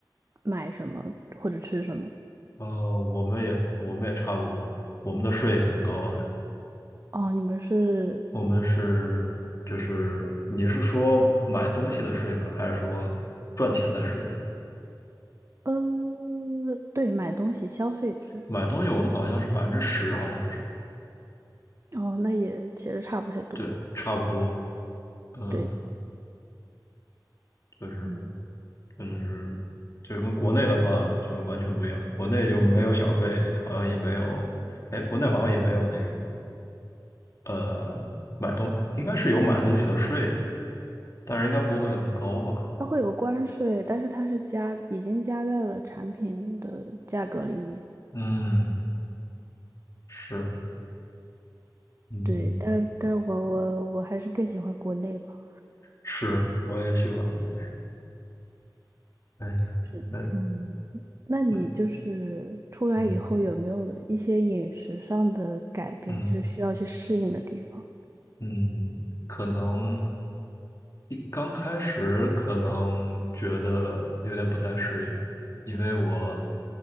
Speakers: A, on the right; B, on the left.
A: 买什么或者吃什么。
B: 哦，我们也我们也差不多，我们的税也挺高的。
A: 哦，你们是
B: 我们是就是你是说买东西的税吗？还是说赚钱的税啊
A: 呃，对，买东西消费税。
B: 买东西我们好像是百分之十，好像是
A: 哦，那也其实差不太多。
B: 对，差不多。嗯，
A: 对。
B: 就是。
A: 嗯。
B: 那就是就跟国内的话就完全不一样，国内就没有小费，好像也没有，哎，国内好像也没有那种呃买东，应该是有买东西的税，但是应该不会很高吧？
A: 它会有关税，但是它是加，已经加在了产品的价格里面。
B: 嗯，是，嗯，
A: 对，但但我我我还是更喜欢国内吧。
B: 是，我也喜欢国内。哎呀，
A: 是的嗯，
B: 那
A: 那你就是出来以后有没有一些饮食上的改变，
B: 那嗯嗯
A: 就是需要去适应的地方？
B: 嗯，可能一刚开始可能觉得有点不太适应，因为我，